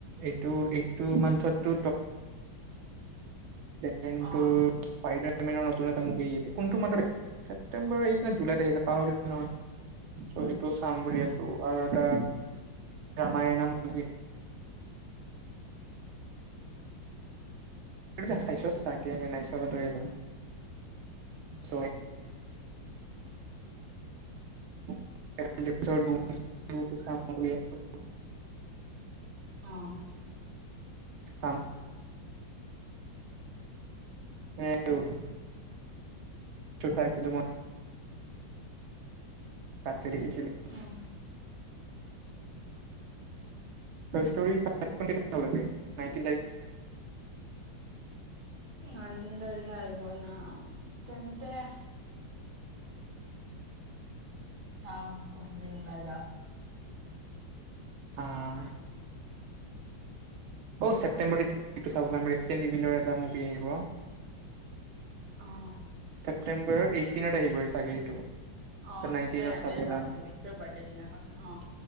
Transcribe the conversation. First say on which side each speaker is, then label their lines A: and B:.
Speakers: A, on the right (about 85°); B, on the right (about 55°).
A: এইটো এইটো মান্থতো দেন
B: অ
A: স্পাইডাৰ মেনৰ নতুন এটা মোনাটো মান ছেপ্টেম্বৰ । জুলাই তাৰিখতে পাহৰি নহয় চ' সেইটো চাম বুলি আছো আৰু এটা ৰামায় নাম। কিনি। সেইটো চাইছ চাগেনে নাইছ ত জানো চ সামগ্ৰ
B: অহ।
A: থাম সেই টোটো চাই ফিলোমত। তাততে দেখিছিলো।
B: উ
A: ষ্টৰি নট তাৰ
B: নাইতিন তাৰিখে আহিব ন তেন্তে চাও কোন দিন ন যাওঁ।
A: অহ অ' ছেপ্টেম্বৰাৰিটো চ ৰেষ্টিভিলৰ এটা মুভি আহিব।
B: অহ
A: ছেপটেম্বৰ এইটিনত আহিবই চাগ এইটো
B: আহ
A: নাইনটিনত
B: তই নাইটৰে চাব
A: যাম
B: যাবি তোৰ বাৰ্থডে দিনাখন আহ